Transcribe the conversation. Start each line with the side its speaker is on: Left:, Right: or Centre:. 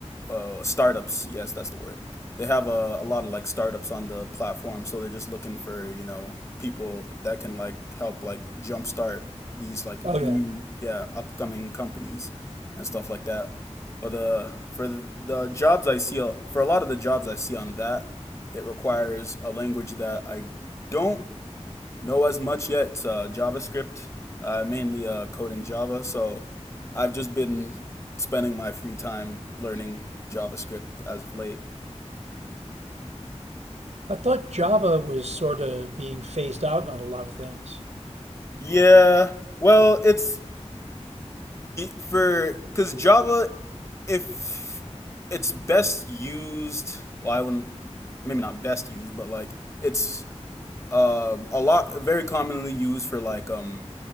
Left: uh, startups. Yes, that's the word. They have a, a lot of like startups on the platform, so they're just looking for, you know, people that can like help like jumpstart these like
Right: Oh yeah,
Left: new, yeah, upcoming companies and stuff like that. But the for the, the jobs I see for a lot of the jobs I see on that, it requires a language that I don't know as much yet. Uh, JavaScript, uh, mainly uh, code in Java. So I've just been spending my free time learning JavaScript as of late.
Right: I thought Java was sort of being phased out on a lot of things.
Left: Yeah, well, it's for because Java, if it's best used, well, I wouldn't maybe not best used, but like it's um, a lot very commonly used for like um,